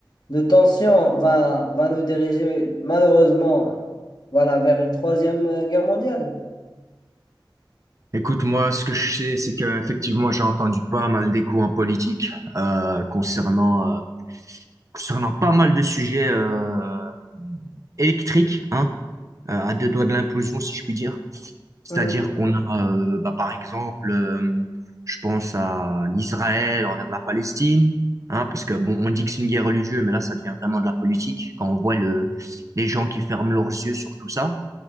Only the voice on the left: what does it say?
de tension va, va nous diriger malheureusement, euh, voilà, vers une troisième euh, guerre mondiale?
Hmm.